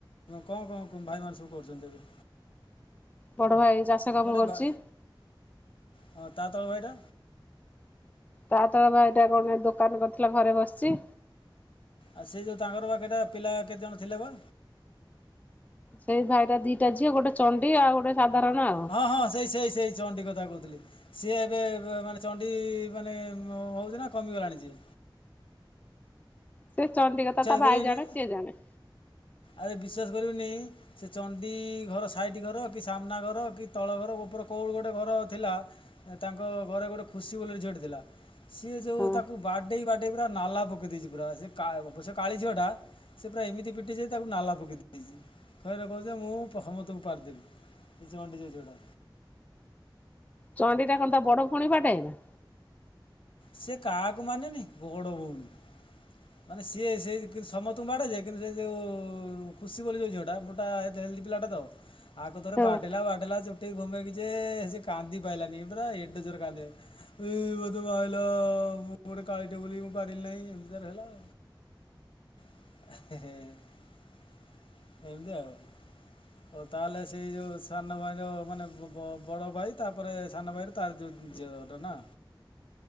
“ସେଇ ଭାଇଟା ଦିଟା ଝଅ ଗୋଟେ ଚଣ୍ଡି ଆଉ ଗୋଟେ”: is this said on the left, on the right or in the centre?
Left